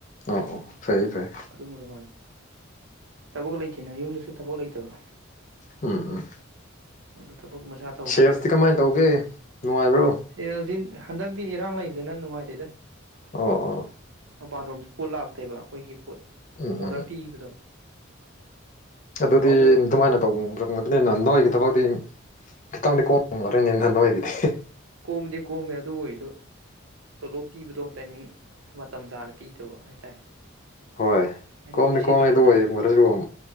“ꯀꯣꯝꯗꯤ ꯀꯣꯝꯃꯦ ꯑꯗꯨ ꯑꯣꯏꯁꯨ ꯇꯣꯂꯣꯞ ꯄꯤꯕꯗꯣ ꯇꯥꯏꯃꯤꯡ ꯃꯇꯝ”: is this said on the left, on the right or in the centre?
Right